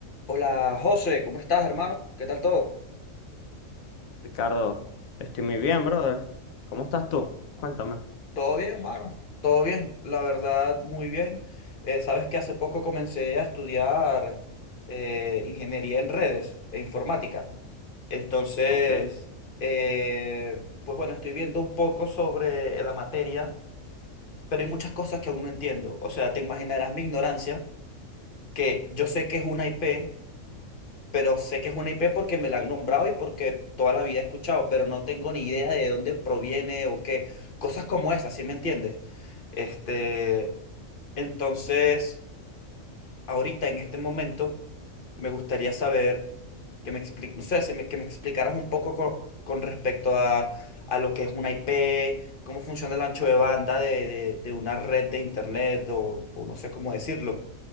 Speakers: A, on the left; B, on the left.
A: Hola José, ¿cómo estás, hermano? ¿Qué tal todo?
B: Ricardo, estoy muy bien, brother. ¿Cómo estás tú? Cuéntame.
A: Todo bien, hermano. Todo bien, la verdad, muy bien. Eh, sabes que hace poco comencé a estudiar eh, ingeniería en redes e informática. Entonces,
B: Ok.
A: eh, pues bueno, estoy viendo un poco sobre la materia, pero hay muchas cosas que aún no entiendo. O sea, te imaginarás mi ignorancia, que yo sé que es una IP, pero sé que es una IP porque me la han nombrado y porque toda la vida he escuchado, pero no tengo ni idea de dónde proviene o qué. Cosas como esas, ¿sí me entiendes? Este, entonces ahorita en este momento me gustaría saber que me expliques, no sé, si me- que me explicaras un poco co- con, respecto a, a lo que es una IP, cómo funciona el ancho de banda de, de- de una red de internet o, o no sé cómo decirlo,